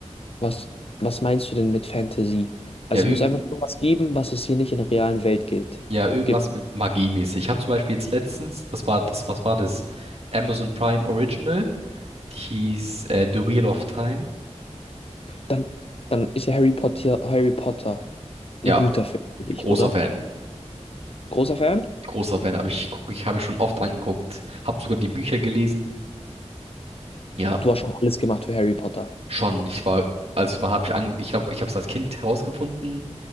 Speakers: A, on the left; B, on the right.
A: Was, was meinst du denn mit Fantasy? Also
B: Ja, irgend,
A: es muss einfach irgendwas geben, was es hier nicht in der realen Welt gilt,
B: ja, irgendwas
A: gibt.
B: mit Magie mäßig. Ich habe zum Beispiel jetzt letztens, das war das, was war das? Amazon Prime Original, die hieß äh, The Wheel of Time.
A: Dann, dann ist ja Harry Potter, Harry Potter ein
B: Ja,
A: guter Film für dich,
B: großer
A: oder?
B: Fan.
A: Großer Fan?
B: Großer Fan, habe ich, guck, ich habe ich schon oft angeguckt, habe sogar die Bücher gelesen. Ja,
A: Du hast schon alles gemacht für Harry Potter.
B: schon. Ich war, als war, habe ich an, ich glaube, ich habe es als Kind herausgefunden